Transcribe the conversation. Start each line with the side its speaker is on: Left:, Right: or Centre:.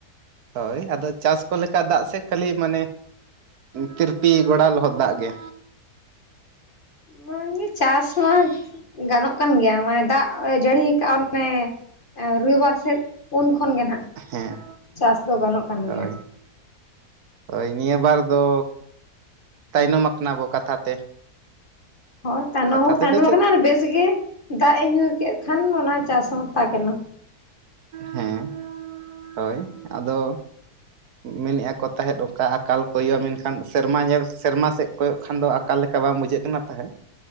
Right: ᱦᱳᱭ ᱟᱫᱚ ᱪᱟᱥ ᱠᱚ ᱞᱮᱠᱟ ᱫᱟᱜ ᱥᱮ ᱠᱷᱟᱹᱞᱤ ᱢᱟᱱᱮ ᱛᱤᱨᱯᱤ ᱜᱚᱲᱟ ᱞᱚᱦᱚᱫ ᱫᱟᱜ ᱜᱮ
Left: ᱵᱟᱝᱜᱮ ᱪᱟᱥ ᱢᱟ ᱜᱟᱱᱚᱜ ᱠᱟᱱ ᱜᱮᱭᱟ ᱢᱟᱱᱮ ᱫᱟᱜ ᱡᱟᱹᱲᱤ ᱠᱟᱜᱼᱟ ᱚᱱᱮ ᱨᱚᱵᱤᱵᱟᱨ ᱥᱮᱫ ᱯᱩᱱ ᱠᱷᱚᱱ ᱜᱮ ᱱᱟᱦᱟᱜ
Right: ᱦᱮᱸ
Left: ᱪᱟᱥ ᱫᱚ ᱜᱟᱱᱚᱜ ᱠᱟᱱ
Right: ᱦᱳᱭ
Left: ᱜᱮᱭᱟ
Right: ᱦᱳᱭ ᱱᱤᱭᱟᱹ ᱵᱟᱨ ᱫᱚ ᱛᱟᱭᱱᱚᱢ ᱟᱠᱟᱱᱟ ᱵᱚ ᱠᱟᱛᱷᱟ ᱛᱮ
Left: ᱦᱳᱭ ᱛᱟᱭᱱᱚᱢ
Right: ᱠᱟᱛᱷᱟ
Left: ᱦᱚᱸ
Right: ᱛᱮᱫᱚ
Left: ᱛᱟᱭᱱᱚᱢ
Right: ᱪᱮᱫ
Left: ᱟᱠᱟᱱᱟ ᱟᱨ ᱵᱮᱥ ᱜᱮ ᱫᱟᱜ ᱮ ᱧᱩᱨ ᱠᱮᱫ ᱠᱷᱟᱱ ᱚᱱᱟ ᱪᱟᱥ ᱦᱚᱸᱛᱟ ᱠᱟᱱᱟ
Right: ᱦᱮᱸ ᱦᱳᱭ ᱟᱫᱚ ᱢᱮᱱᱮᱫᱼᱟ ᱛᱟᱦᱮᱸᱫ ᱚᱱᱠᱟ ᱟᱠᱟᱞ ᱠᱚᱭᱚᱜᱼᱟ ᱢᱮᱱᱠᱷᱟᱱ ᱥᱮᱨᱢᱟ ᱧᱮᱞ ᱥᱮᱨᱢᱟ ᱥᱮᱫ ᱠᱚᱭᱚᱜ ᱠᱷᱟᱱ ᱫᱚ ᱟᱠᱟᱞ ᱞᱮᱠᱟ ᱵᱟᱝ ᱵᱩᱡᱷᱟᱹᱜ ᱠᱟᱱᱟ ᱛᱟᱦᱮᱸᱫ